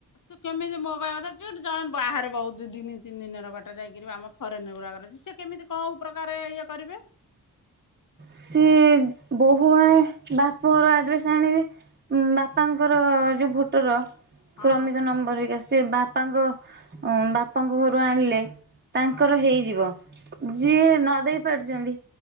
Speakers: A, on the left; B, on the right.
A: ତୁ କେମିତି ମୋ କହିବା କଥା ଯେ ଜଣେ ବାହାରେ ବହୁତୁ ଦି -ଦି ତିନି ଦିନ ର ବାଟ ଯାଇକରି ଆମ ଫରେନ୍ ଗୁଡ଼ାକରେ ଅଛି। ସିଏ କେମିତି କଉ ପ୍ରକାର ଇଏ କରିବେ?
B: ସିଏ ବୋହୂ ଆଣି ବାପଘର ଆଡ୍ରେସ୍ ଆଣିବେ। ଉଁ ବାପାଙ୍କର ଯୋଉ ଭୋଟର
A: ହଁ
B: କ୍ରମିକ ନମ୍ବର ହେରିକା ସେ ବାପାଙ୍କ ବାପାଙ୍କ ଘରୁ ଆଣିଲେ ତାଙ୍କର
A: ହଁ
B: ହେଇଯିବ ଯିଏ ନ ଦେଇ ପାରୁଚନ୍ତି